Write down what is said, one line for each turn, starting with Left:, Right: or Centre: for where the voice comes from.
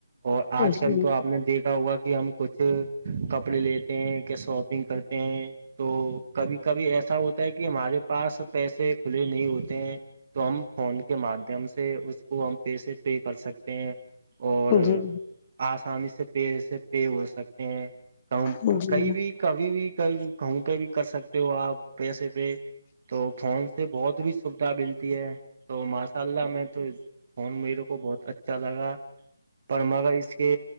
Right: اور
Left: جی
Right: آج
Left: جی
Right: کل تو آپ نے دیکھا ہوا کہ ہم کچھ کپڑے لیتے ہیں کیا شاپنگ کرتے ہیں تو کبھی کبھی ایسا ہوتا ہے کہ ہمارے پاس پیسے کھلے نہیں ہوتے ہیں تو ہم فون کے مادھیم سے اس کو ہم پی سے پے کر سکتے ہیں اور
Left: جی
Right: آسانی سے پ سے پے ہو سکتے ہیں کہ
Left: جی
Right: کئی بھی کبھی بھی ک کہ پہ بھی کر سکتے تے ہو آپ پیسے پہ تو فون سے بہت بھی سویدھا ملتی ہے تو ماشاء اللہ میں تو فون میرے کو بہت اچھا لگا پر مگر اس کے